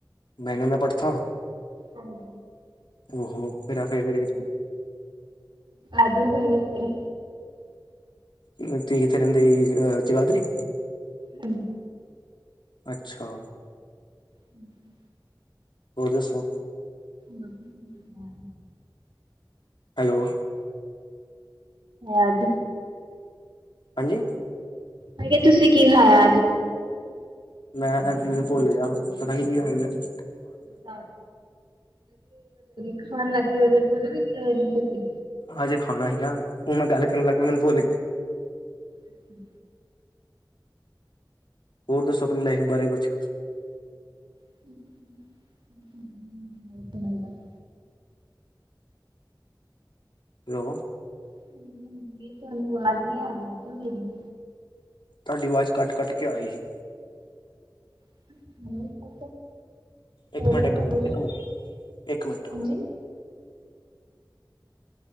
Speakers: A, on the left; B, on the right.
A: ਬੈਂਗਣ ਦਾ ਪਰਥਾ?
B: ਹਾਂਜੀ।
A: ਓ ਹੋ ਮੇਰਾ ਫੇਵਰੇ
B: ਆਜੋ ਫੇਰ ਏਥੇ
A: ਤੁਸੀਂ ਕਿੱਥੇ ਰੈੰਦੇ ਅਹ ਜਗਾਦਰੀ।
B: ਹਾਂਜ
A: ਅੱਛਾ।
B: ਹੂੰ-ਹੂੰ।
A: ਹੋ ਦੱਸੋ?
B: ਵਧੀਆ।
A: ਹੈਲੋ।
B: ਆਜ।
A: ਹਾਂਜੀ।
B: ਮੈਂ ਕੇਹਾ ਤੁਸੀਂ ਕੀ ਖਾਇਆ ਅੱਜ?
A: ਮੈਂ ਮੈਨੂੰ ਭੁੱਲ ਗਿਆ, ਪਤਾ ਨੀ ਕੀ ਖਾਦਾ ਸੀ।
B: <unintelligible> ਖਾਣ ਲੱਗੇ ਓ, ਤੇ ਭੁੱਲ ਭੀ ਗਏ ਓ ਇੰਨੀ ਛੇਤੀ।
A: ਹਜੇ ਖਾਣਾ ਸੀ ਨਾ, ਓ ਮੈਂ ਗੱਲ ਕਰਨ ਲੱਗ ਗਿਆ ਮੈਨੂੰ ਭੁੱਲ
B: ਹੂੰ।
A: ਹੋਰ ਦੱਸੋ, ਆਪਣੀ ਲਾਈਫ ਬਾਰੇ ਕੁਛ?
B: <inaudible>
A: ਹੈਲੋ।
B: <unintelligible> ਜੀ ਤੁਹਾਨੂੰ ਆਵਾਜ਼ ਨੀ ਆ ਰਹੀ ਕਿਆ ਮੇਰੀ?
A: ਤਾਡੀ ਆਵਾਜ਼ ਕੱਟ-ਕੱਟ ਕੇ ਆ ਰਹੀ ਸੀ।
B: <unintelligible> ਹੋਰ
A: ਇੱਕ ਮਿੰਟ
B: ਤਾਂ
A: ਇੱਕ
B: ਆਪਾ
A: ਮਿੰਟ
B: ਕੁੱਛ,
A: ਇੱਕ ਮਿੰਟ ਇੱਕ ਮਿੰਟ
B: ਹਾਂਜੀ।